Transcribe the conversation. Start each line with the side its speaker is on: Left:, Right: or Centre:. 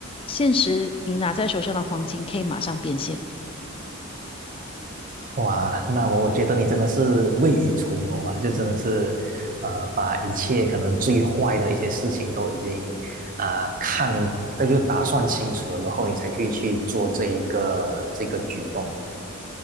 Left: 现实你拿在手上的黄金可以马上变现。
Right: 哇，那我我觉得你真的是未雨绸缪啊，就真的是，呃，把一切可能最坏的一些事情都已经啊、看，那就打算清楚了，然后你才会去做这一个这个举动。